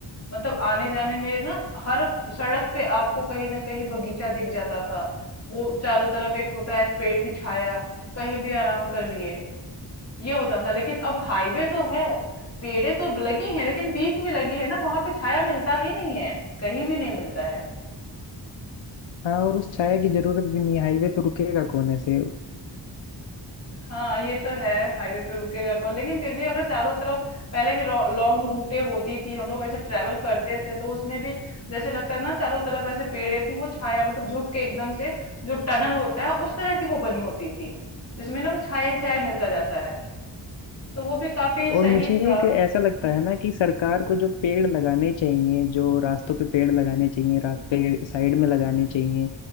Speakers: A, on the left; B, on the left.
A: मतलब आने जाने में ना हर सड़क पे आपको कहीं ना कहीं बगीचा दिख जाता था वो चारों तरफ एक होता है पेड़ की छाया कहीं भी आराम कर लिए ये होता था लेकिन अब हाईवे तो है पेड़े तो लगी हैं लेकिन बीच में लगी है ना वहां पे छाया मिलता ही नहीं है कहीं भी नहीं मिलता है
B: हाँ और उस छाया की जरूरत भी नहीं हाईवे पे रुकेगा कौन ऐसे
A: हाँ ये तो है हाईवे पे रुकेगा कौन लेकिन फिर भी अगर चारों तरफ पहले भी लॉन्ग रूटे होती थी हम लोग ऐसे ट्रेवल करते थे तो उसमें भी जैसे लगता था ना चारों तरफ ऐसे पेड़े थी वो छाया मतलब झुक के एकदम से जो टनल होता है उस तरह की वो बनी होती थी जिसमें ना वो छाया ही छाया मिलता जाता है तो वो भी काफी सही
B: और मुझे
A: था
B: एक ऐसा लगता
A: हम्म,
B: है ना कि सरकार को जो पेड़ लगाने चाहिए जो रास्तों पे पेड़ लगाने चाहिए रा-
A: हम्म।
B: पेड़ साइड में लगाने चाहिए